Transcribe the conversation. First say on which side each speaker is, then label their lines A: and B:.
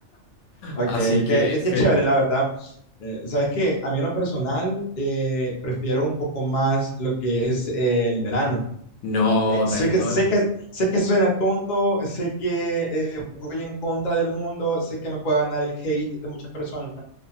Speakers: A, on the left; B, on the left.
A: Ok,
B: Así
A: qué,
B: que...
A: qué- qué
B: fe-
A: chévere, la verdad. Eh, sabes que a mí en lo personal eh, prefiero un poco más lo que es eh, el verano.
B: No,
A: Eh, sé
B: traidor.
A: que, sé que, sé que suena tonto, sé que eh, voy en contra del mundo, sé que me puede ganar el hate de muchas personas,